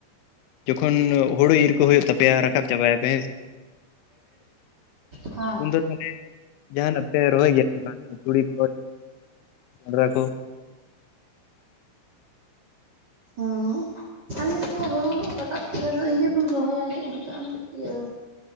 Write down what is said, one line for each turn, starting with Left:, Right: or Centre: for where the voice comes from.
Left: ᱡᱚᱠᱷᱚᱱ ᱦᱳᱲᱳ ᱤᱨ ᱠᱚ ᱦᱩᱭᱩᱜ ᱛᱟᱯᱮᱭᱟ ᱨᱟᱠᱟᱵ ᱪᱟᱵᱟᱭ ᱟᱯᱮ ᱦᱮ ᱥᱮ
Right: ᱦᱮᱸ
Left: ᱩᱱᱫᱚ ᱛᱟᱦᱚᱞᱮ ᱡᱟᱦᱟᱱᱟᱜ ᱯᱮ ᱨᱚᱦᱚᱭ ᱜᱮᱭᱟ ᱥᱮ ᱵᱟᱝ ᱛᱩᱲᱤ ᱠᱚ ᱠᱚᱰᱨᱟ ᱠᱚ
Right: ᱦᱮᱸ ᱟᱞᱮᱫᱚ ᱦᱩᱲᱩ ᱨᱟᱠᱟᱵ ᱯᱚᱨᱮ ᱫᱚ ᱤᱭᱟᱹ ᱤᱭᱟᱹ ᱠᱚᱧ ᱨᱚᱦᱚᱭᱟ ᱤᱭᱟᱹ